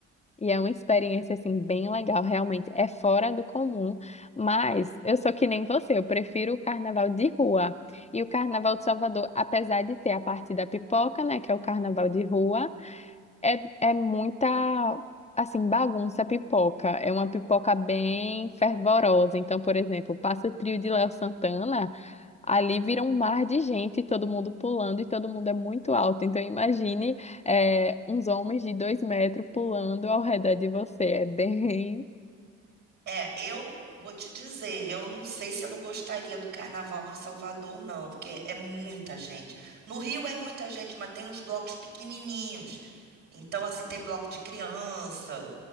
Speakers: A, on the left; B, on the right.
A: E é uma experiência assim bem legal, realmente é fora do comum, mas eu sou que nem você, eu prefiro o carnaval de rua. E o carnaval de Salvador, apesar de ter a parte da pipoca, né, que é o carnaval de rua, é, é muita assim bagunça pipoca, é uma pipoca bem fervorosa. Então, por exemplo, passa o trio de Léo Santana Ali vira um mar de gente, todo mundo pulando e todo mundo é muito alto. Então imagine é, uns homens de dois metros pulando ao redor de você. É bem. <laughs>
B: É, eu vou te dizer, eu não sei se eu gostaria do carnaval em Salvador, não, porque é muita gente. No Rio é muita gente, mas tem uns blocos pequenininhos. Então, assim, tem bloco de criança,